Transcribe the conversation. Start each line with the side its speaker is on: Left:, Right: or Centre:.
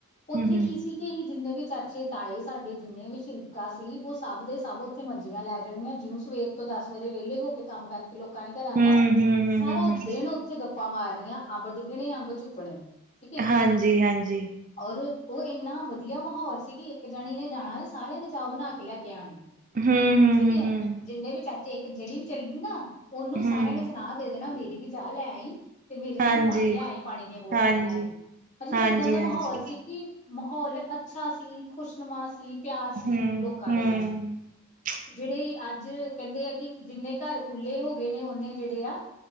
Left: ਉੱਥੇ
Right: ਹਮ ਹਮ
Left: ਕੀ ਸੀ, ਹੀ ਜਿੰਨੇ ਵੀ ਚਾਚੇ ਤਾਏ ਸਾਡੇ ਜਿੰਨੇ ਵੀ ਸ਼ਰੀਕਾ ਸੀ, ਉਹ ਸਭ ਦੇ ਸਭ ਉੱਥੇ ਮੰਜੀਆਂ ਲੈ ਜਾਣਗੀਆਂ ਜਿਉ ਸਵੇਰ ਤੋਂ ਦਸ ਵਜੇ ਵਿਹਲੇ ਹੋ ਕੇ ਕੰਮ ਕਰਕੇ ਲੋਕਾਂ ਨੇ ਘਰਾਂ
Right: ਹਮ
Left: ਦਾ
Right: ਹਮ ਹਮ
Left: ਸਾਰਾ
Right: ਹਮ ਹਮ
Left: ਦਿਨ ਉੱਥੇ ਗੱਪਾਂ ਮਾਰਨੀਆਂ ਅੰਬ ਡਿੱਗਣੇ ਅੰਬ ਚੁੱਪਣੇ ਠੀਕ ਹੈ
Right: ਹਾਂਜੀ, ਹਾਂਜੀ,
Left: ਔਰ ਉਹ ਇੰਨਾ ਵਧੀਆ ਮਾਹੌਲ ਸੀ ਕਿ ਇੱਕ ਜਾਣੀ ਨੇ ਜਾਣਾ, ਤੇ ਸਾਰਿਆਂ ਦੀ ਚਾਹ ਬਣਾ ਕੇ ਲੈ ਕੇ ਆਣੀ।
Right: ਹਮ ਹਮ
Left: ਠੀਕ
Right: ਹਮ
Left: ਹੈ
Right: ਹਮ
Left: ਜਿੰਨੇ ਵੀ ਚਾਚੇ ਇੱਕ ਜਿਹੜੀ ਵੀ ਚੱਲਦੀ ਨਾ ਉਹਨੂੰ ਸਾਰਿਆਂ
Right: ਹਮ
Left: ਨੇ ਸੁਣਾ, ਦੇ ਦੇ ਨਾ ਮੇਰੀ ਵੀ ਚਾਹ ਲੈ ਆਈ। ਤੇ ਮੇਰੇ ਲਈ
Right: ਹਾਂਜੀ
Left: ਵੀ ਪਾਣੀ ਲੈ ਆਈ ਪਾਣੀ ਦੀਆਂ ਬੋਤਲਾਂ
Right: ਹਾਂਜੀ
Left: ਲੈ ਆਈ ਮਤਲਬ
Right: ਹਾਂਜੀ
Left: ਇਏਦਾਂ ਦਾ
Right: ਹਾਂਜੀ
Left: ਮਾਹੌਲ ਸੀ ਕਿ ਮਾਹੌਲ ਅੱਛਾ ਸੀ ਖੁਸ਼ ਨਮਾ ਸੀ ਪਿਆਰ ਸੀ
Right: ਹਮ
Left: ਲੋਕਾਂ ਦੇ ਵਿੱਚ
Right: <inaudible>
Left: ਜਿਹੜੇ ਅੱਜ ਕਹਿੰਦੇ ਆ ਕਿ ਜਿੰਨੇ ਘਰ ਖੁੱਲ੍ਹੇ ਹੋ ਗਏ ਨੇ ਓਨੇ ਜਿਹੜੇ ਆ